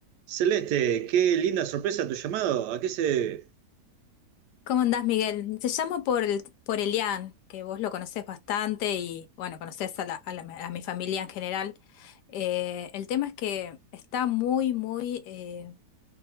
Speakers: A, on the right; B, on the left.
A: Celeste, qué linda sorpresa tu llamado. ¿A qué se debe?
B: ¿Cómo andás, Miguel? Te llamo por, el, por Elian, que vos lo conocés bastante y, bueno, conocés a, la- a la- a mi familia en general. Eh, el tema es que está muy, muy, eh,